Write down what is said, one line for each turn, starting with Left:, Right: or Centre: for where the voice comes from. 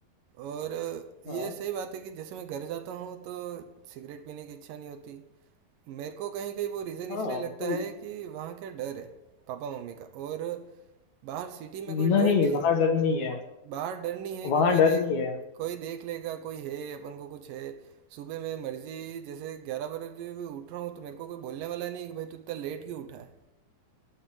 Right: और अ,
Left: हाँ
Right: ये सही बात है कि जैसे मैं घर जाता हूँ तो सिगरेट पीने की इच्छा नहीं होती मेरे को कहीं कहीं वो रीज़न
Left: हाँ
Right: इसलिए लगता
Left: तो
Right: है कि वहाँ का डर है पापा मम्मी का और बाहर सिटी में
Left: नहीं
Right: कोई डर नहीं है
Left: वहाँ डर नहीं है
Right: बाहर डर नहीं है
Left: वहाँ
Right: कि कोई
Left: डर
Right: देख
Left: नहीं है
Right: कोई देख लेगा कोई है अपन को कुछ है सुबह मैं मर्जी जैसे ग्यारह बजे भी उठ रहा हूँ तो मेरे को कोई बोलने वाला नहीं है कि भाई तू इतना लेट क्यों उठा है